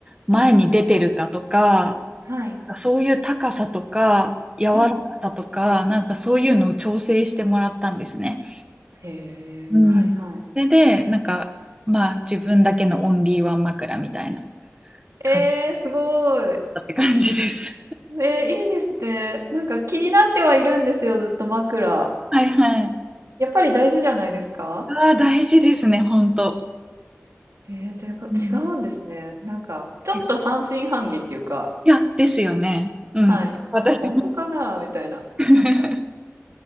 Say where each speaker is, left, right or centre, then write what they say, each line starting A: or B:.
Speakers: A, on the right (about 20°); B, on the right (about 80°).
A: う、前に出てるかとか、
B: はい、
A: そういう高さとか、柔らかさとか、
B: うん。
A: なんかそういうのを調整してもらったんですね。
B: へえ、
A: うん。
B: はい、
A: それで、
B: はい。
A: なんか、まあ、自分だけのオンリーワン枕みたいな
B: えー、
A: 感じ
B: すごい。
A: だったって感じです。
B: えー、いいですね。なんか気になってはいるんですよ、ずっと枕。
A: はいはい。
B: やっぱり大事じゃないですか
A: ああ、大事ですね、本当
B: えー、じゃあ違うんですね。
A: うん。
B: なんか、ちょっと半信半疑っていうか、
A: いや、ですよね。うん。
B: はい。
A: 私も
B: なんか本当かなみたいな。
A: <laughs>